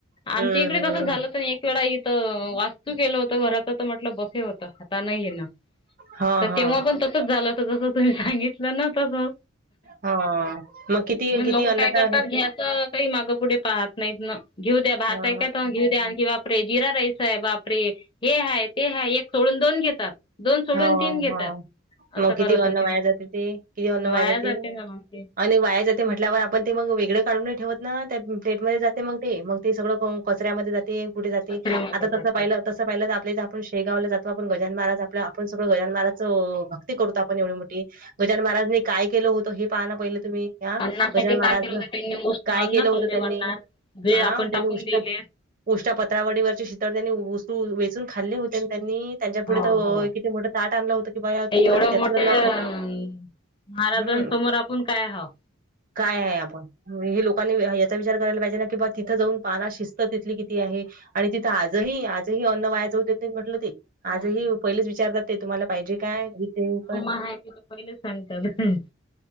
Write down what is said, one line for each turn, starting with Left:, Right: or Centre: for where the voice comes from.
Left: आमच्या
Right: हम्म
Left: इकडे
Right: हम्म
Left: तसंच झालं तर एक वेळा इथं वाच तू केलं होत घराच तर म्हटलं बफे होत आता नाहीय ना.
Right: हा
Left: तर
Right: हा
Left: तेंव्हा पण तसच झालं हो जस तुम्ही सांगितलं ना तसं.
Right: हा मग किती
Left: मग
Right: किती
Left: लोक
Right: अन्नाचा
Left: काय करतात
Right: आहे
Left: घ्यायचं काही मागं पुढे पाहत नाहीत ना घेऊ द्या भात
Right: हा
Left: आहे, काय तर घेऊ द्या आण की बा बापरे जिरा राईस आहे, बापरे हे हाय ते हाय एक सोडून दोन घेतात. दोन सोडून
Right: हा
Left: तीन घेतात.
Right: हा मग
Left: असं करत
Right: किती
Left: होते
Right: अन्न व्हाया
Left: ना
Right: जाते ते, किती अन्न व्हाय
Left: वाया
Right: जाते.
Left: ना मग ते
Right: आणि वाया जाते म्हटल्यावर आपण ते मग वेगळें काढून ठेवत ना त्या प्लेटमध्ये जाते मग. मग ते सगळं कचऱ्यामध्ये जाते कुठे जाते
Left: कचऱ्यामध्ये
Right: आता
Left: जाते
Right: तसं पाहिलं तसं पाहिलं तर आपल्या आपण शेगावला जातो आपण गजानन महाराज आपण आपण सगळं गजानन महाराजच भक्ती करतो आपण एवढी मोठी गजानन महाराज काय केलं होतं हे पाहणं पहिले तुम्ही? ह
Left: अन्नासाठी
Right: गजानन
Left: काय
Right: महाराज
Left: केलं होत त्यांनी उष्ण
Right: काय
Left: अन्न
Right: केलं होत?
Left: खाल्ले
Right: त्यांनी
Left: म्हणणार जे
Right: हा
Left: आपण
Right: त्यांनी
Left: टाकून
Right: उष्ट
Left: दिले
Right: उष्टा पत्रावडीवरचे शितळ त्यांनी वस्तू वेचून खाल्ले होते. त्यांनी त्यांच्या पुढे
Left: हो
Right: तर
Left: हो
Right: किती मोठं ताट आणलं होतं की बाया
Left: ते
Right: तुलय
Left: एवढे
Right: त्यातलं
Left: मोठे
Right: न खाता
Left: <unintelligible> महाराजांसमोर
Right: हम्म
Left: आपण काय हावं?
Right: काय आहे आप ण हे लोकांनी याचा विचार करायला पाहिजे ना की बा तिथं जाऊन पाना शिस्त तिथली किती आहे. आणि तिथं आजही आजही अन्न वाया जाऊ देत म्हटलं ते आजही
Left: नाही
Right: पहिलेच विचारतात ते तुम्हाला पाहिजे काय हे देवू काय?
Left: <unintelligible> पहिले सांगतात.